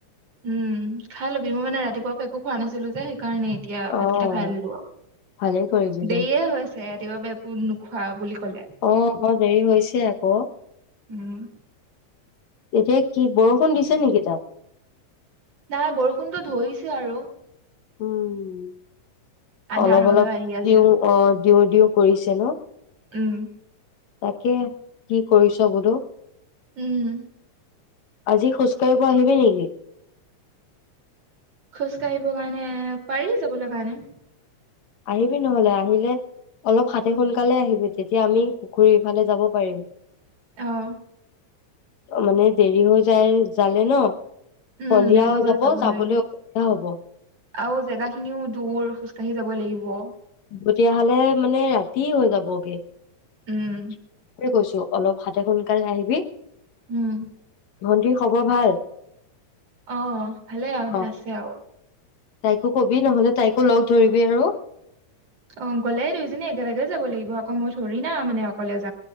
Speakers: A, on the right; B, on the left.
A: উম, খাই ল'বি, মই মানে ৰাতিপুৱা পৰা একো খোৱা নাছিলোঁ যে সেই কাৰণে এতিয়া
B: অ',
A: ভাতকেইটা খাই ল'লো আৰু,
B: ভালেই কৰিলি
A: দেৰিয়ে
B: দে।
A: হৈছে ৰাতিপুৱাৰ পৰা একো নোখোৱা বুলি কলে
B: অ', অ', দেৰি হৈছে আকৌ।
A: উম।
B: এতিয়া কি, বৰষুণ দিছে নেকি তাত?
A: নাই, বৰষুণতো ধৰিছে আৰু।
B: উম।
A: আন্ধাৰ
B: অলপ
A: হৈ
B: অলপ
A: হৈ আহি আছে
B: দিওঁ, অ', দিওঁ দিওঁ কৰিছে ন?
A: উম।
B: তাকে, কি কৰিছ বুলো?
A: উম
B: আজি খোজকাঢ়িব আহিবি নেকি? <unintelligible>
A: খোজকাঢ়িবৰ কাৰণে পাৰি যাবলৈ কাৰণে।
B: আহিবি নহলে আহিলে অলপ সাতে সোনকালে আহিবি তেতিয়া আমি পুখুৰী ইফালে যাব পাৰিম।
A: অঁ।
B: মানে দেৰি হৈ যায় জালে ন। সন্ধিয়া
A: উম দেৰি হৈ গলে যাব
B: যাবলৈ
A: নোৱাৰি।
B: অসুবিধা হ'ব।
A: আৰু জেগা খিনিও দূৰ খোজ কাঢ়ি যাব লাগিব।
B: তেতিয়াহলে মানে ৰাতি হৈ যাবগে।
A: উম
B: সেইটোৱে কৈছো। অলপ সাতে সোনকালে আহিবি।
A: উম।
B: ভণ্টিৰ খবৰ ভাল?
A: অ'অ' ভালেই আৰু
B: অ
A: দে আছে আৰু।
B: তাইকো কবি নহ'লে তাইকো লগ ধৰিবি আৰু।
A: অঁ গলে দুইজনী একেলগে যাব লাগিব আকৌ মই থৰি না মানে অকলে যাম।